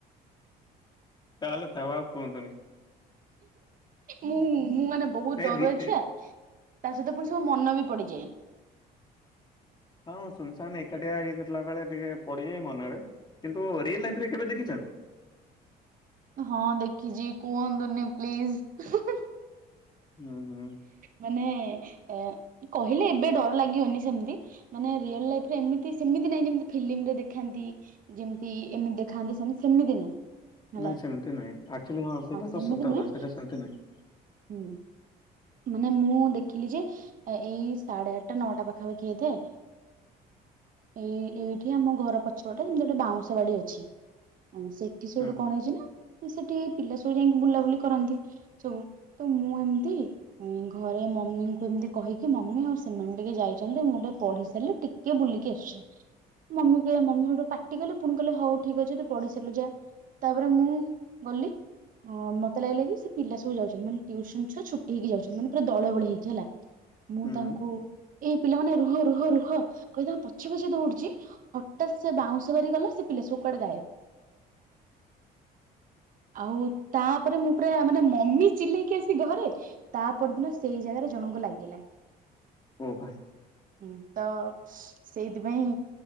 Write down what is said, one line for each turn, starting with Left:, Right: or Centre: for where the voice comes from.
Left: ତାହେଲେ ଥାଉ ଆଉ କୁହନ୍ତୁନି।
Right: ମୁଁ ମୁଁ ମାନେ ବହୁତ
Left: ଏ
Right: ଡରୁଆଛୁଆ।
Left: ରି ଏ
Right: ତା ସହିତ ପୁଣି ସବୁ ମନ ବି ପଡିଯାଏ।
Left: ହଁ ସୁନସାନ ଏକାଠିଆ ହେଇଥିଲା ବେଳେ ଟିକେ ପଡିଯାଏ ମନରେ। କିନ୍ତୁ ରିଅଲ ଲାଇଫ
Right: ହୁଁ।
Left: ରେ କେବେ ଦେଖିଛ?
Right: ହଁ ଦେଖିଛି କୁହନ୍ତୁନି ପ୍ଲିଜ।
Left: ହୁଁ ହୁଁ
Right: ମାନେ ଏ କହିଲେ ଏବେ ଡର ଲାଗିବନି ସେମିତି। ମାନେ ରିଅଲ ଲାଇଫ ରେ ଏମିତି ସେମିତି ନାହିଁ ଯେମତି ଫିଲ୍ମ ଦେଖାନ୍ତି ଯେମିତି ଏମିତି ଦେଖାନ୍ତି ସେମତି ସେମିତି ନାହିଁ। ହେଲା
Left: ନାଇଁ ସେମିତି ନାଇଁ ଆକ୍ଚୁଆଲି ହଁ ସେଇଟା
Right: ସେମିତି
Left: ତ ସତକଥା
Right: ନୁହେଁ
Left: ସେଇଟା ସେମିତି ନାଇଁ।
Right: ହୁଁ ମାନେ ମୁଁ ଦେଖିଲି ଯେ ଏଇ ସାଢେ ଆ ଆଟା ନଅଟା ପାଖାପାଖି ଏଇଥାଏ ଏଇ ଏଇଠି ଆମ ଘର ପଛ ପଟେ ଯେମିତି ଗୋଟେ ବାଉଁଶ ବାଡି ଅଛି। ସେଠି ସୋଠୁ
Left: ହୁଁ।
Right: କଣ ହେଇଛି ନା ସେଠି ପିଲା ସବୁ ଯାଇକି ବୁଲାବୁଲି କରନ୍ତି ସବୁ। ତ ମୁଁ ଏମତି ଘରେ ମମିଙ୍କୁ ଏମିତି କହିକି ମମି ଆଉ ସେମାନେ ଟିକେ ଯାଇଛନ୍ତି ମୁଁ ଗୋଟେ ପଢି ସାରିଲି ଟିକେ ବୁଲ ବୁଲିକି ଆସୁଛି। ମମି କହିଲେ ମମି ହେଠୁ ପାଟି କଲେ ପୁଣି କହିଲେ ହଉ ଠିକ ଅଛି ତୁ ପଢି ସାରିଲେ ଯା। ତାପରେ ମୁଁ ଗଲି ମତେ ଲାଗିଲା କି ସେ ପିଲା ସବୁ ଯାଉଛନ୍ତି ମାନେ ଟ୍ୟୁସନ ଛୁଆ ଛୁ ହେଇକି ଯାଉଛନ୍ତି ମାନେ ପୁରା ଦଳେ ବଳେ ହେଇକି ହେଲା। ମୁଁ
Left: ହୁଁ
Right: ତାଙ୍କୁ ଏ ଏଇ ପିଲାମାନେ ରୁହ ରୁହ ରୁହ କହି ତାଙ୍କ ପଛେ ପଛେ ଦୌଡୁଛି। ହଠାତ୍ ସେ ବାଉଁଶ ବାରି ଗଲା ସେ ସବୁ କୁଆଡେ ଗାଏବ।
Left: <inaudible>
Right: ଆଉ ତାପରେ ମୁଁ ପୁରା ମାନେ ମମି ଚିଲେଇକି ଆସି ଘରେ ତା ପରଦିନ ସେଇ ଜାଗାରେ ଜଣଙ୍କୁ ଲାଗିଲା।
Left: ଓ ଭାଇ
Right: ହୁଁ ତ ସେଇଥିପାଇଁ